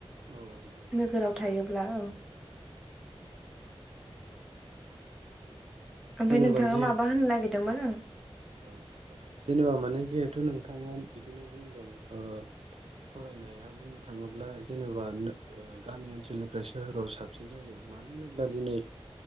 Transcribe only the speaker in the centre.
नोगोराव थायोब्ला औ। ओमफाय
नोंथाङा
माबा होननो नागिरदोंमोन ओं।